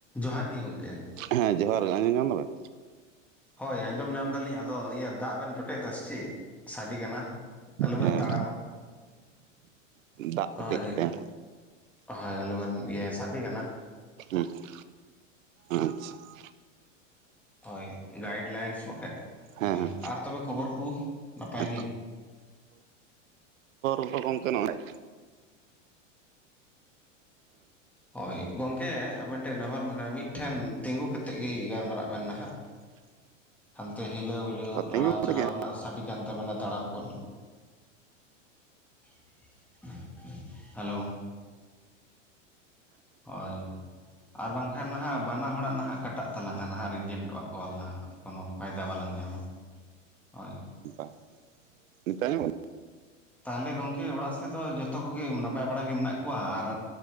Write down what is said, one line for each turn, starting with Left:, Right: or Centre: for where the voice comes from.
Centre: ᱡᱚᱦᱟᱨ ᱜᱤ ᱜᱚᱝᱠᱮ ᱾
Right: ᱦᱮᱸ ᱡᱚᱦᱟᱨ ᱜᱮ, ᱟᱸᱡᱚᱢ ᱧᱟᱢᱫᱟᱵᱮᱱ?
Centre: ᱦᱳᱭ ᱟᱸᱡᱚᱢ ᱧᱟᱢ ᱫᱟᱞᱤᱧ, ᱟᱫᱚ ᱤᱭᱟᱹ ᱫᱟᱜ ᱵᱮᱱ ᱡᱚᱴᱮᱫ ᱫᱟ ᱥᱮ ᱪᱮᱜ, ᱥᱟᱰᱮ ᱠᱟᱱᱟ? ᱟᱞᱩᱵᱮᱱ
Right: ᱦᱮᱸ
Centre: ᱛᱟᱲᱟᱢᱟ ᱾
Right: ᱫᱟᱜ
Centre: ᱦᱳᱭ
Right: ᱠᱟᱹᱴᱤᱡ
Centre: ᱦᱤᱵ,
Right: ᱛᱮ ᱦᱮᱸ
Centre: ᱦᱚᱭ ᱟᱞᱩᱵᱮᱱ ᱤᱭᱟᱹᱭᱟ ᱥᱟᱰᱤ ᱠᱟᱱᱟ ᱾
Right: ᱦᱩᱸ ᱾ ᱟᱪᱪᱷᱟ ᱾
Centre: ᱦᱳᱭ ᱜᱟᱭᱤᱰ ᱞᱟᱭᱤᱱᱥ ᱵᱟᱠᱷᱟᱡ
Right: ᱦᱮᱸ
Centre: ᱦᱩᱸ, ᱟᱨ ᱛᱚᱵᱮ ᱠᱷᱚᱵᱚᱨ ᱠᱚ ᱱᱟᱯᱟᱭ
Right: ᱦᱮᱸ
Centre: ᱜᱮ?
Right: ᱛᱚ ᱜᱚᱢᱠᱮ ᱱᱚᱜᱚᱭ,
Centre: ᱦᱳᱭ ᱜᱚᱝᱠᱮ ᱟᱵᱮᱱ ᱴᱷᱮᱱ ᱱᱮᱦᱚᱨ ᱢᱮᱱᱟᱜᱼᱟ ᱢᱤᱜᱴᱷᱮᱱ ᱛᱤᱸᱜᱩ ᱠᱟᱛᱮᱜ ᱜᱤ ᱜᱟᱞᱢᱟᱨᱟᱜ ᱵᱮᱱ ᱱᱟᱦᱟᱜ
Right: <inaudible>
Centre: ᱾ ᱦᱟᱱᱛᱮ ᱦᱤᱞᱟᱹᱣ ᱦᱤᱞᱟᱹᱣ
Right: ᱫᱟᱜ
Centre: ᱞᱟᱲᱟᱣ
Right: ᱛᱤᱸᱜᱩ
Centre: ᱪᱟᱞᱟᱣ
Right: ᱨᱮᱜᱮ
Centre: ᱨᱮᱱᱟᱜ ᱥᱟᱰᱤ ᱠᱟᱱ ᱛᱟᱵᱮᱱᱟ ᱛᱟᱲᱟᱢ ᱠᱚ ᱨᱮᱱᱟᱜ ᱾ ᱦᱮᱞᱳ, ᱦᱳᱭ, ᱟᱨ ᱵᱟᱝᱠᱷᱟᱱ ᱱᱟᱦᱟᱜ ᱵᱟᱱᱟ ᱦᱚᱲᱟᱜ ᱱᱟᱦᱟᱜ ᱠᱟᱴᱟᱜ ᱛᱟᱞᱟᱝᱟ ᱱᱟᱦᱟᱜ ᱨᱤᱡᱮᱠᱴᱚᱜᱼᱟ᱾ ᱠᱚᱞ ᱱᱟᱜ ᱠᱳᱱᱳ ᱯᱷᱟᱭᱫᱟ ᱵᱟᱞᱟᱝ ᱧᱟᱢᱟ ᱦᱳᱭ ᱾
Right: ᱵᱟᱝ, ᱱᱤᱛᱟᱹᱜ ᱟᱸᱡᱚᱢ
Centre: ᱛᱟᱦᱞᱮ ᱜᱚᱝᱠᱮ ᱚᱲᱟᱜ ᱥᱮᱜ ᱫᱚ ᱡᱚᱛᱚ ᱠᱚᱜᱮ ᱱᱟᱯᱟᱭ ᱵᱟᱲᱟ ᱜᱮ ᱢᱮᱱᱟᱜ ᱠᱚᱣᱟ? ᱟᱨ